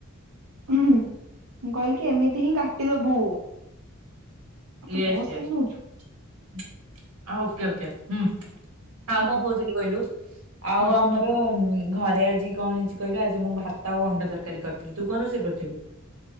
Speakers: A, on the right; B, on the right.
A: ହୁଁ ହୁଁ ମୁଁ କହିଲି କି ଏମିତି ହିଁ କାଟିଦବୁ।
B: ୟେସ
A: ତୁ ପସ୍
B: ୟେସ
A: କାହିଁ ନଉଛୁ
B: ହଁ ଓକେ ଓକେ ହୁଁ। ଆଉ
A: ହୁଁ
B: କଣ କହୁଛନ୍ତି କହିଲୁ ଆଉ
A: କଣ?
B: ଆମର ଘରେ ଆଜି କଣ ହେଇଛି କହିଲୁ ଆଜି ମୁଁ ଭାତ ଆଉ ଅଣ୍ଡା ତରକାରୀ କରିଥିଲି ତୁ କଣ ରୋଷେଇ କରିଥିଲୁ?